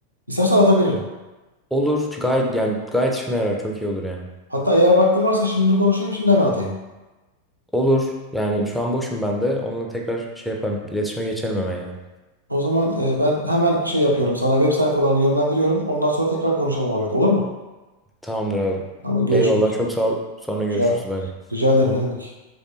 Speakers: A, on the right; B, in the centre.
A: İstersen atabilirim.
B: Olur gayet yani gayet işime yarar çok iyi olur yani.
A: Hatta eğer vaktin varsa şimdi konuşayım şimdi hemen atayım.
B: Olur yani şu an boşum ben de onunla tekrar şey yaparım İletişime geçerim hemen yani.
A: O zaman e, ben hemen şey yapıyorum sana web sayfalarını yönlendiriyorum. Ondan sonra tekrar konuşalım Ahmet olur mu?
B: Tamamdır abi.
A: Ama görüşmek
B: Eyvallah
A: üzere.
B: çok sağ ol. Sonra görüşürüz
A: Rica,
B: bay bay.
A: rica ederim ne demek.